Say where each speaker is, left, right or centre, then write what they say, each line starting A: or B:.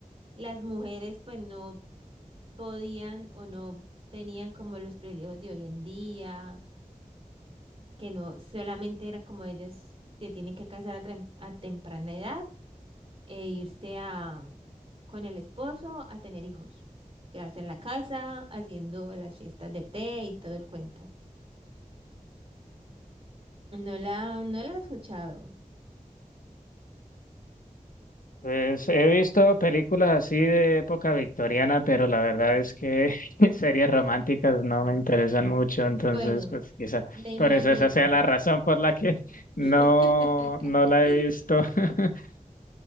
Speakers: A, on the right (about 40°); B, on the left (about 75°).
A: Las mujeres pues no podían o no tenían como los privilegios de hoy en día, que no solamente era como ellas se tienen que casar a, trem- a temprana edad e irse a, con el esposo a tener hijos, quedarse en la casa haciendo las fiestas de té y todo el cuento. No la, no la he escuchado.
B: Pues he visto películas así de época victoriana, pero la verdad es que <laughs> series románticas no me interesan mucho, entonces
A: Bueno,
B: pues quizá
A: me
B: por
A: imagino.
B: eso esa sea la razón por la que <laughs> no,
A: <laughs>
B: no la he visto. <laughs>